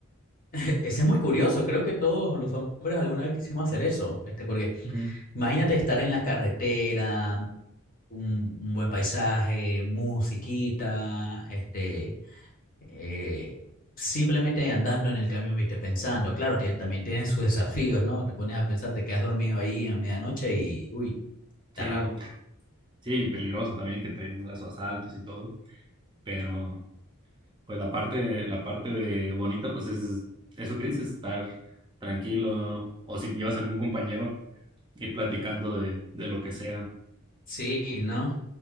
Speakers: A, on the left; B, on the right.
A: <laughs> ese es muy curioso. Creo que todos los hombres alguna vez quisimos hacer eso, este, porque
B: Ujú.
A: imagínate estar en la carretera un, un buen paisaje, musiquita, este, eh, simplemente andando en el camión, viste, pensando. Claro, tiene- también tiene sus desafíos, ¿no? Te pones a pensar, te quedas dormido ahí a medianoche y, uy, está
B: Sí,
A: raro.
B: sí, peligroso también que tengan los asaltos y todo, pero pues la parte, la parte de bonita pues es eso que dices, estar tranquilo o si llevas algún compañero ir platicando de, de lo que sea.
A: Sí, ¿no?